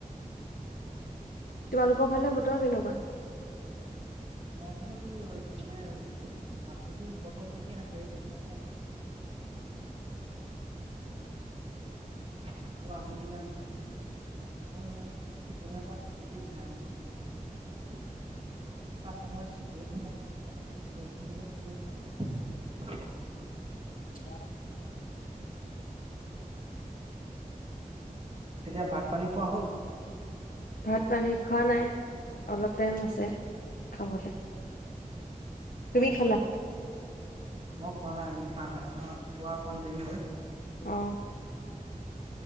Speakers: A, on the left; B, on the right.
A: তোমালোকৰ ফালে বতৰ কেনেকুৱা?
B: আমাৰ ফালে তো মানে ৰাতিটো বতৰ থিকে থাকে <unintelligible> গছিলে <inaudible> আবেলি মানে ক <inaudible> এটাতি নাই <unintelligible> সম <unintelligible>
A: ব <unintelligible> <inaudible>
B: তেতিয়া ভাত পানী খোৱা হ'ল?
A: ভাত -পানী খোৱা নাই, অলপ টাইম আছে খাবলে। তুমি
B: অ,
A: খালা
B: মই খোৱা নাই আমি খাম নাই ন খোৱা অকমান দেৰি হয়।
A: অহ।